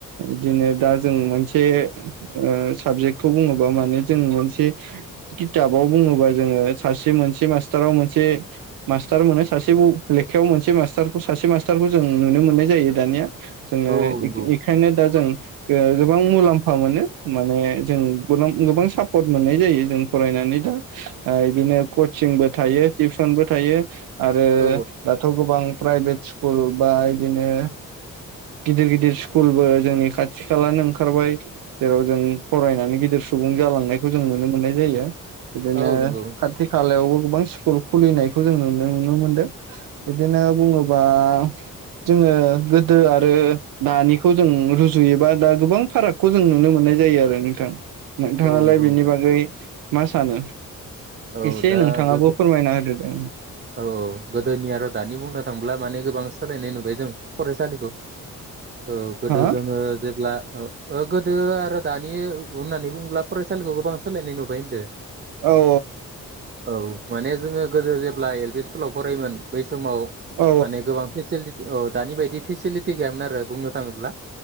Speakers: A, on the right (about 75°); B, on the right (about 30°).
A: बिदिनो दा जों मोनसे ओ साबजेक्टखौ बुङोबा माने जों मोनसे किथाबाव बुङोबा जोङो सासे मोनसे मास्टाराव मोनसे मास्टार मोनो सासे लेखायाव मोनसे मास्टारखौ सासे मास्टारखौ जों नुनो मोननाय जायो दानिया जोङो
B: औ औ नंगौ
A: ऐखे-एखायनो दा जों गोबां मुलाम्फा मोनो माने जों गोबां सापर्ट मोननाय जायो जों फरायनानै दा ओ बिदिनो कचिंबो थायो टिउसनबो थायो आरो
B: औ
A: दाथ' गोबां प्राइभेट स्कुल बा बिदिनो गिदिर गिदिर स्कुलबो जोंनि खाथि खालानो ओंखारबाय जेराव जों फरायनानै गिदिर सुबुं जालांनायखौ जों नुनो मोननाय जायो बिदिनो
B: औ नंगौ
A: खाथि खालायावबो गोबां स्कुल खुलिनायखौ जों नुनो नुनो मोन्दों बिदिनो बुङोबा जोङो गो दो आरो दानिखौ जों रुजुयोबा दा गोबां फारागखौ जों नुनो मोननाय जायो आरो नोंथां नोंथाङालाय
B: औ नंगौ
A: बिनि
B: नोंथां
A: बागै मा सानो
B: औ
A: एसे
B: दा
A: नोंथाङाबो
B: गोदो
A: फोरमायना होदोदे
B: औ औ गोदोनि आरो दानि बुंनो थांब्ला माने गोबां सोलायनाय नुबाय जों फरायसालिखौ औ गोदो
A: हो
B: जोङो जेब्ला ओ‌ गोदो आरो दानि होननानै बुङोब्ला फरायसालिखौ गोबां सोलायनाय नुबाय होनदों
A: औ
B: औ माने जोङो गोदो जे एल एल पि स्कलाव फरायोमोन बै समाव
A: औ
B: माने गोबां फेसिलिटि औ दानि बायदि फेसिलिटि गैयामोन आरो बुंनो थाङोब्ला